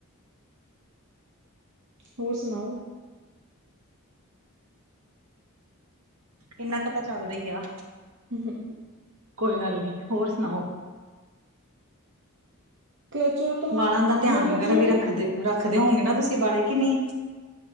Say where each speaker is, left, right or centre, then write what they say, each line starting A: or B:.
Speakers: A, on the right; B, on the right.
A: ਹੋਰ ਸੁਣਾਓ
B: ਇੰਨਾ ਕਤਾ ਚੱਲਦਾ ਈ ਆ
A: ਹਮ ਹ ਹ
B: ਕੋਈ ਗੱਲ ਨੀ ਹੋਰ ਸੁਣਾਓ
A: ਕਲਚਰ ਤਾਂ
B: ਵਾਲਾਂ ਦਾ ਧਿਆਨ
A: ਮਤਲਬ
B: ਵਗੈਰਾ
A: ਜਿਹੜੇ
B: ਵੀ ਰੱਖਦੇ ਰੱ ਰਖਦੇ ਹੋਗੇ ਨਾ ਤੁਸੀਂ ਬਾੜੇ ਕਿ ਨਹੀਂ।